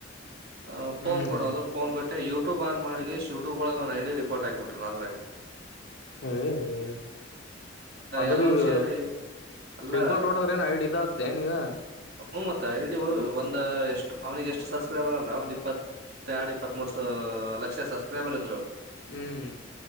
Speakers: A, on the right; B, on the left.
A: ಆ
B: ಹ್ಮ್
A: ಫೋನ್ ಕೊಡ ಅಂದ್ರು ಫೋನ್ ಕೊಟ್ಟೆ ಯೂಟ್ಯೂಬ್ ಆನ್ ಮಾಡಿ ಶೂ. ಒಳ ಒ ಐಡಿ ಪರ್ಟ್ ಹಾಕ್ಬಿಟ್ರಿ ನ ಅಂದ್ರೆ.
B: ಹ್ಮ್ ಹ್ಮ. ಅಂದ್ರ
A: ಎಲ್ಲರೂ
B: ಈಗ
A: ಸೇರಿ ಅಲ್ಲ
B: ರಿಪೋರ್ಟ್ ಹೊಡದ್ರ ಏನ್ ಐಡಿ ಇದ್ದೇನೀಗ.
A: ಹ್ಮ್ ಮತ್ತ ಇಲ್ಲಿ ಒಂದ್ ಎಷ್ಟು ಅವ್ನಿಗೆ ಎಷ್ಟು ಸಬ್ಸ್ಕ್ರೈಬರ್ ಅಂದ್ರ ಒಂದ್ ಇಪ್ಪತ್ತು. ಮೆಡಿ ಪತರು ಲಕ್ಷ ಸಬ್ಸ್ಕ್ರೈಬರ್ ಇದ್ರು.
B: ಹ್ಮ್.